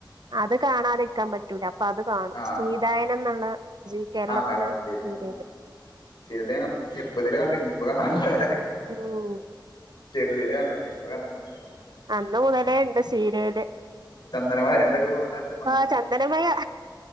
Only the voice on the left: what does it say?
ആ
ആണല്ലേ ഓക്കെ ഓക്കെ
സീരിയല് ഞങ്ങ ചെറുപ്പത്തില് കണ്ടിരുന്ന് ഇപ്പൊ കാണാറില്ല
ചെറുതിലെ കണ്ടിട്ടുണ്ട് ഇപ്പ കണ്ടിട്ടൊന്നൂല്യ പിന്നെ
ചന്ദനമയെ എന്തൊക്കെകൊറെണ്ടായ്ര്ന്ന്